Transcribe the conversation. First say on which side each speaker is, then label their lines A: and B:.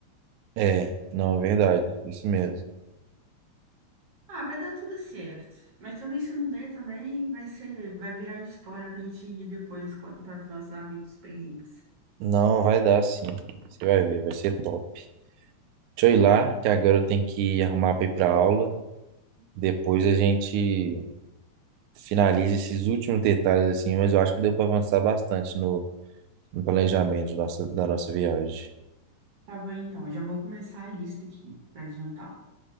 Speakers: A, on the right (about 80°); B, on the right (about 55°).
A: É, não, é verdade, isso mesmo.
B: Ah, vai dar tudo certo. Mas também se não der, também vai ser, vai virar história para a gente ir depois contar para os nossos amigos perrengues.
A: Não, vai dar sim. Você vai ver, vai ser top.
B: <laughs>
A: Deixa eu ir lá, que agora eu tenho que arrumar para ir para aula. Depois a gente finaliza esses últimos detalhes assim, mas eu acho que deu para avançar bastante no, no planejamento da nossa, da nossa viagem.
B: Tá bom, então, eu já vou começar a lista aqui para adiantar.